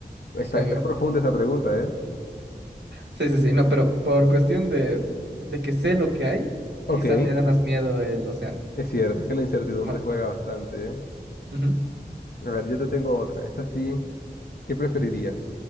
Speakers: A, on the left (about 65°); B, on the right (about 85°).
A: Está,
B: Sí.
A: está profunda esa pregunta, ¿eh?
B: Sí, sí, sí, no, pero por cuestión de, de que sé lo que hay,
A: Ok,
B: quizá me da más miedo el océano.
A: es cierto, es que la incertidumbre
B: Bueno,
A: juega bastante, ¿eh?
B: ujú,
A: A ver, yo te tengo otra. Esta sí. ¿Qué preferirías?